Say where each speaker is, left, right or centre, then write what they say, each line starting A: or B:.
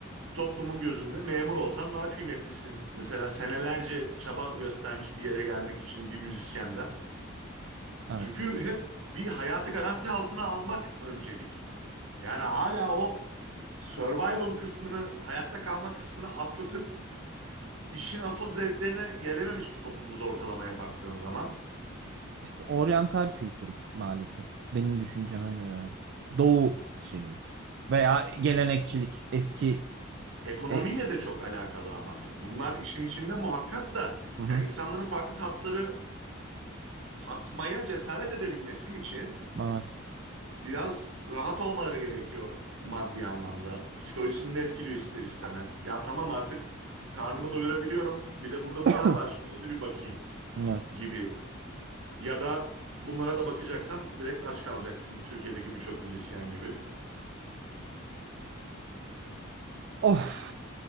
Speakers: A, on the right (about 75°); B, on the right (about 55°).
A: toplumun gözünde memur olsan daha kıymetlisin. Mesela senelerce çaba göstermiş bir yere gelmek için bir müzisyenden.
B: Evet.
A: Çünkü hep bir hayatı garanti altına almak öncelik. Yani hala o survival kısmını, hayatta kalma kısmını atlatıp işin asıl zevklerine gelememiş bir toplumuz ortalamaya baktığın zaman.
B: İşte oryantal kültür maalesef benim düşünceme göre. Doğu şeyi veya gelenekçilik eski
A: Ekonomiyle
B: e,
A: de çok alakalı ama bunlar işin içinde muhakkak da
B: hı hı.
A: ya insanların farklı tatları tatmaya cesaret edebilmesi için
B: Evet.
A: biraz rahat olmaları gerekiyor maddi anlamda. Psikolojisini de etkiliyor ister istemez. Ya tamam artık karnımı doyurabiliyorum. Bir de burada bunlar
B: <coughs>
A: var. Şunlara da bir bakayım
B: Evet.
A: gibi. Ya da bunlara da bakacaksan direkt aç kalacaksın Türkiye'deki birçok müzisyen gibi.
B: Of.